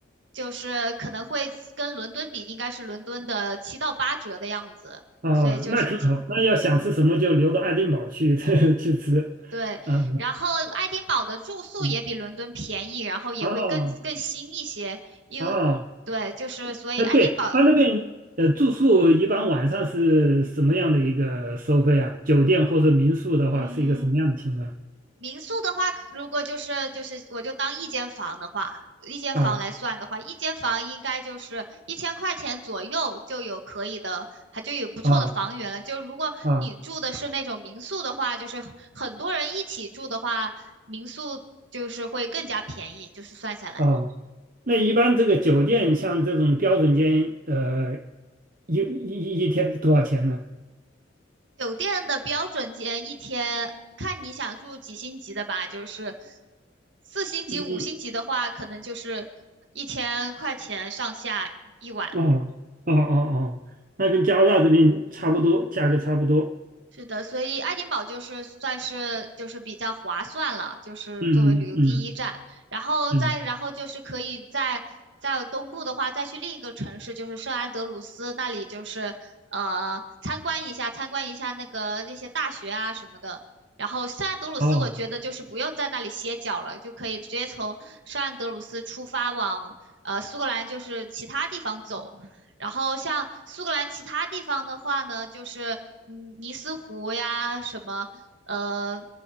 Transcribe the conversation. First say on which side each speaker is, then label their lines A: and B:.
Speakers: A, on the right; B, on the right.
A: 就是可能会跟伦敦比，应该是伦敦的七到八折的样子，
B: 哦，
A: 所以就是挺，
B: 那挺好。那要想吃什么就留到爱丁堡去
A: 嗯。
B: <laughs> 去吃，
A: 对，
B: 呃
A: 然后爱丁堡的住宿也比伦敦便宜，
B: 嗯
A: 然后也会更更新一些，
B: 啊
A: 因为对，
B: 啊
A: 就是所以爱丁堡，
B: 哎，对他那边呃住宿一般晚上是什么样的一个收费啊？酒店或者民宿的话是一个什么样的情况
A: 嗯，民宿的话，如果就是就是我就当一间房的话，一间房来算的话，
B: 啊
A: 一间房应该就是一千块钱左右就有可以的，还就有不错的房源了。
B: 啊
A: 就如果你住的是那种民宿的话，
B: 啊
A: 就是很多人一起住的话，民宿就是会更加便宜，就是算下来。
B: 啊那一般这个酒店像这种标准间，呃，一一一天是多少钱呢？
A: 酒店的标准间一天，看你想住几星级的吧，就是四星级、
B: 嗯，
A: 五星级的话，可能就是一千块钱上下一晚。
B: 哦哦哦哦，那跟加拿大这边差不多，价格差不多。
A: 是的，所以爱丁堡就是算是就是比较划算了，就是作为旅游第一站，
B: 嗯嗯
A: 然后再然后就是可以在在东部的话，
B: 嗯，
A: 再去另一个城市，就是圣安德鲁斯那里，就是呃参观一下参观一下那个那些大学啊什么的。然后圣安德鲁斯，
B: 哦
A: 我觉得就是不用在那里歇脚了，就可以直接从圣安德鲁斯出发往呃苏格兰，就是其他地方走。然后像苏格兰其他地方的话呢，就是嗯尼斯湖呀，什么呃